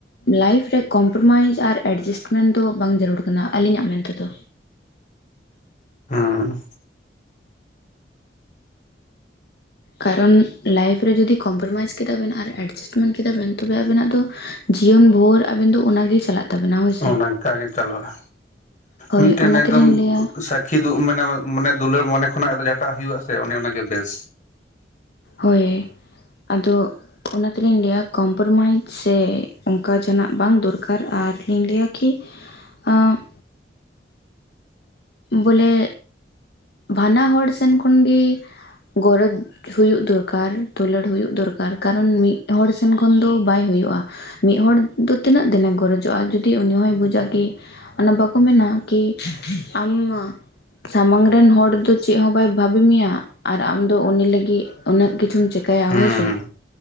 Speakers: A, on the left; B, on the left.
A: ᱞᱟᱭᱤᱯᱷ ᱨᱮ ᱠᱚᱢᱯᱨᱚᱢᱟᱭᱤᱡᱽ ᱟᱨ ᱮᱰᱡᱤᱥᱴᱢᱮᱱᱴ ᱫᱚ ᱵᱟᱝ ᱡᱟᱹᱨᱩᱲ ᱠᱟᱱᱟ ᱟᱞᱤᱧᱟᱜ ᱢᱮᱱ ᱛᱮᱫᱚ᱾
B: ᱦᱩᱸ
A: ᱠᱟᱨᱚᱱ ᱞᱟᱭᱤᱯᱷ ᱨᱮ ᱡᱩᱫᱤ ᱠᱚᱢᱯᱨᱚᱢᱟᱭᱤᱡᱽ ᱠᱮᱫᱟ ᱵᱮᱱ ᱟᱨ ᱮᱰᱡᱟᱥᱴᱢᱮᱱ ᱠᱮᱫᱟ ᱵᱮᱱ ᱛᱚᱵᱮ ᱟᱵᱮᱱᱟᱜ ᱫᱚ ᱡᱤᱭᱚᱱ ᱵᱷᱳᱨ ᱟᱵᱮᱱ ᱫᱚ ᱚᱱᱟ ᱜᱮ ᱪᱟᱞᱟᱜ ᱛᱟᱵᱮᱱᱟ ᱦᱳᱭᱥᱮ
B: ᱚ ᱱᱚᱝᱠᱟ ᱜᱮ ᱪᱟᱞᱟᱜᱼᱟ
A: ᱦᱳᱭ
B: ᱢᱤᱫᱴᱮᱱ
A: ᱚᱱᱟ
B: ᱮᱠᱫᱚᱢ
A: ᱛᱮᱞᱤᱧ ᱞᱟᱹᱭᱟ
B: ᱥᱟ ᱠᱤᱫᱩᱜ ᱢᱟᱱᱮ ᱢᱟᱱᱮ ᱫᱩᱞᱟᱹᱲ ᱢᱚᱱᱮ ᱠᱷᱚᱱᱟᱜ ᱫᱚ ᱡᱷᱟᱴᱟᱜ ᱦᱩᱭᱩᱜ-ᱟ ᱥᱮ ᱚᱱᱮ ᱚᱱᱟ ᱜᱮ ᱵᱮᱥ᱾
A: ᱦᱳᱭ ᱟᱫᱚ᱾ ᱚᱱᱟ ᱛᱮᱞᱤᱧ ᱞᱟᱹᱭᱟ ᱠᱚᱢᱯᱨᱚᱢᱟᱭᱤᱡᱽ ᱥᱮ ᱚᱱᱠᱟ ᱡᱟᱦᱱᱟᱜ ᱵᱟᱝ ᱫᱚᱨᱠᱟᱨ ᱟᱨ ᱞᱤᱧ ᱞᱟᱹᱭᱟ ᱠᱤ ᱟᱢ ᱵᱚᱞᱮ ᱵᱟᱱᱟ ᱦᱚᱲ ᱥᱮᱱ ᱠᱷᱚᱱ ᱜᱤ ᱜᱚᱨᱚᱡᱽ ᱦᱩᱭᱩᱜ ᱫᱚᱨᱠᱟᱨ ᱫᱩᱞᱟᱹᱲ ᱦᱩᱭᱩᱜ ᱫᱚᱨᱠᱟᱨ ᱠᱟᱨᱚᱱ ᱢᱤᱫ ᱦᱚᱲ ᱥᱮᱱ ᱠᱷᱚᱱ ᱫᱚ ᱵᱟᱭ ᱦᱩᱭᱩᱜᱼᱟ᱾ ᱢᱤᱫ ᱦᱚᱲ ᱫᱚ ᱛᱤᱱᱟᱹᱜ ᱫᱤᱱᱮ ᱜᱚᱨᱚᱡᱚᱜᱼᱟ ᱡᱩᱫᱤ ᱩᱱᱤ ᱦᱚᱭ ᱵᱩᱡᱟ ᱠᱤ ᱚᱱᱟ ᱵᱟᱠᱩ ᱢᱮᱱᱟ ᱠᱤ ᱟᱢ ᱥᱟᱢᱟᱝ ᱨᱮᱱ ᱦᱚᱲ ᱫᱚ ᱪᱮᱜ ᱦᱚᱸ ᱵᱟᱭ ᱵᱷᱟᱵᱤ ᱢᱮᱭᱟ ᱟᱨ ᱟᱢᱫᱚ ᱩᱱᱤ ᱞᱟᱹᱜᱤᱜ ᱩᱱᱟᱹᱜ ᱠᱤᱪᱷᱩᱢ ᱪᱮᱠᱟᱭᱟ
B: ᱦᱩᱸ
A: ᱦᱳᱭᱥᱮ᱾